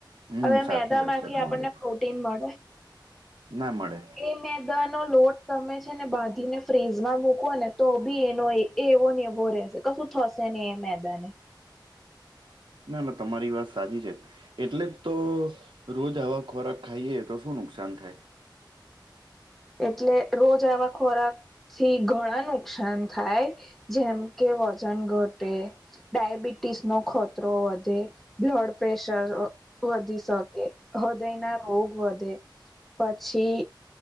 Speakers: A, on the right; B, in the centre.
A: હમ
B: હવે
A: સાચી
B: મેંદા
A: વાત
B: માંથી
A: છે તમારી
B: આપણને પ્રોટીન મળે
A: ના મળે
B: કેમે મેંદા નો લોટ તમે છે ને બાંધીને ફ્રીજમાં મૂકવો ને તો બી એનો એવો ને એવો રેશે કશું થશે ને મેદાને
A: ના ના તમારી વાત સાચી છે. એટલે જ તો રોજ આવા ખોરાક ખાઈએ તો શું નુકસાન થાય.
B: એટલે રોજ આવા ખોરાક થી ગળાનું નુકસાન થાય જેમ કે વજન ઘટે ડયાબિટીસ નો ખતરો વધે બ્લડ પ્રેશર વધી શકે હૃદય ના રોગ વધે પછી